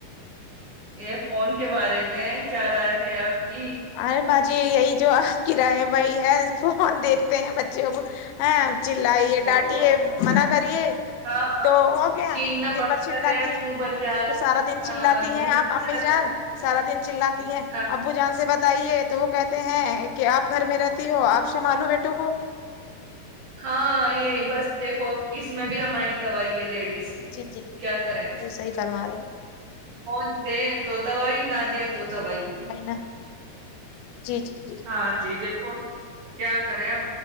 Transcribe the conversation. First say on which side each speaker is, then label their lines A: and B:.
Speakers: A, on the right; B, on the left.
A: یہ فون کے بارے میں کیا رائے ہے آپ کی
B: ارے باجی یہی جو آپ کی راے ہے وہی ہے فون دیکھتے ہیں بچے اب ہیں چلائیے
A: دیکھو
B: ڈانٹیے منع کریے
A: ہاں
B: تو ہو گیا
A: چھیننا
B: دن
A: پڑتا
B: بھر چلاتی
A: ہے
B: ہیں
A: منہ بن جا
B: تو سارا دن
A: ہاں
B: چلاتی
A: منہ
B: ہیں
A: بن
B: آپ امی
A: جاتا
B: جان
A: ہے۔
B: سارا دن چلاتی ہے
A: ہاں
B: ابو جان سے بات تائیے تو وہ کہتے ہیں کہ آپ گھر میں رہتی ہو آپ سنبھالو بیٹوں کو
A: ہاں یہی بس دیکھو اس میں بھی ہماری تواہ ہے لیٹ کس کی
B: جی جی
A: کیا کرے آپ
B: جی صحیح فرما رہے ہیں
A: فون دے توتبائی نہ دیں توتبائی
B: میں نہ جی جی جی
A: ہاں جی دیکھو کیا کریں اب